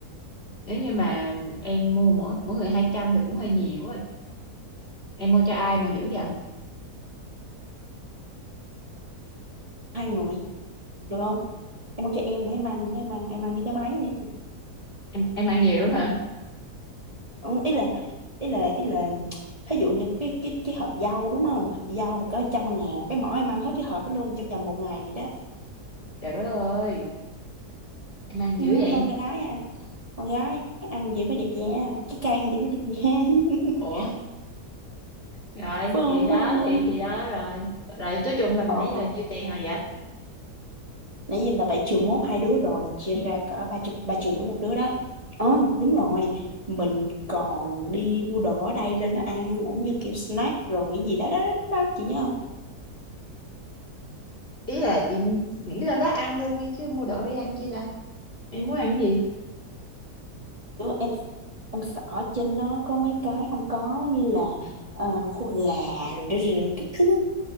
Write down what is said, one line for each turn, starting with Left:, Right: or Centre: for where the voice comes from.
Left: nếu như mà em mua mỗi mỗi người 200 thì cũng hơi nhiều á em mua cho ai mà dữ vậy
Right: hai người được không em mua cho em nữa em ăn em ăn em ăn những cái máy nữa chị
Left: em em ăn nhiều lắm hả
Right: ừ, ý là ý là ý là ví dụ như cái cái cái hộp dâu đúng không hộp dâu mà có trăm ngàn cái mỏ em ăn hết cái hộp đó luôn trong vòng một ngày đó
Left: trời đất ơi em ăn
Right: ừ,
Left: dữ vậy
Right: con gái con gái ăn gì mới đẹp da cái cây ăn gì mới đẹp da <laughs>
Left: ủa rồi
Right: phải không
Left: thì đó
Right: phải không
Left: thì thì đó rồi là nói chung là nãy
Right: ờ
Left: giờ nhiêu tiền
Right: à,
Left: rồi vậy
Right: nãy giờ là bảy triệu mốt hai đứa rồi là chia ra cỡ ba trăm ba triệu rưỡi một đứa đó ờ đúng rồi mình còn đi mua đồ ở đây lên đó ăn nữa như kiểu snack rồi cái gì đó đó, đó, đó. chị nhớ không
Left: ý là chị nghĩ lên đó ăn luôn ấy chứ mua đồ đi ăn chi ta em muốn ăn cái gì
Right: Kiểu em em sợ trên đó có mấy cái không có như là ờ, khô gà rồi, rồi, rồi, rồi các thứ